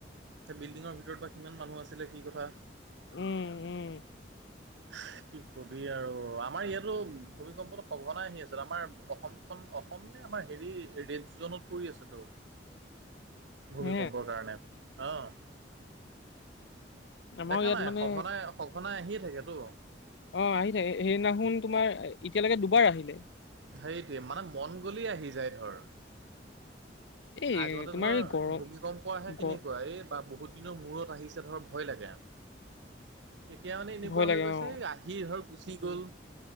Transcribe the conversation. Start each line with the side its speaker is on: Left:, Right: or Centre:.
Right: সেই বিল্ডিঙৰ ভিতৰত বা কিমান মানুহ আছিলে কি কথা?
Left: উম, উম,
Right: <unintelligible> কি কবি আৰু? আমাৰ ইয়াতো ভূমিকম্পটো সঘনাই আহি আছে আমাৰ অসমখন অসম নে আমাৰ হেৰি ৰেড জ'নত পৰি আছেতো ভূমিকম্পৰ
Left: হে
Right: কাৰণে, অহ
Left: আমাৰো
Right: দেখা
Left: ইয়াত
Right: নাই
Left: মানে
Right: সঘনাই, সঘনাই আহিয়েই থাকেতো
Left: অ', আহি থাকে, সেইদিনাখন তোমাৰ, এতিয়ালৈকে দুবাৰ আহিলে
Right: সেইটোৱেই, মানে মন গ'লেই আহি যায়, ধৰ,
Left: এই
Right: আগতে
Left: তোমাৰ
Right: ধৰ,
Left: এই গৰম
Right: ভূমিকম্প আহে কেনেকুৱাএই
Left: গ
Right: বা বহুত দিনৰ মূৰত আহিছে ধৰ ভয় লাগে, এতিয়া মানে এনেকুৱা
Left: ভয় লাগে
Right: হৈ গৈছে,
Left: অ'।
Right: আহি ধৰ গুচি গ'ল